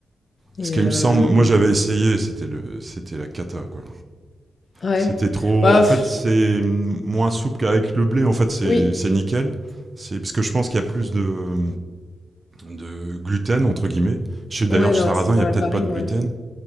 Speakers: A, on the left (about 35°); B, on the right (about 25°).
A: Et
B: Parce qu'il
A: euh,
B: me semble, moi j'avais essayé, c'était le, c'était la cata quoi.
A: ouais,
B: C'était trop.
A: bah
B: En
A: pff,
B: fait, c'est hum, moins souple qu'avec le blé. En fait, c'est,
A: oui,
B: c'est nickel. C'est parce que je pense qu'il y a plus de, de gluten entre guillemets. Je sais d'ailleurs,
A: ouais,
B: chez
A: dans
B: sarrasin,
A: la, dans
B: il y a
A: la
B: peut-être
A: farine,
B: pas de gluten.
A: ouais.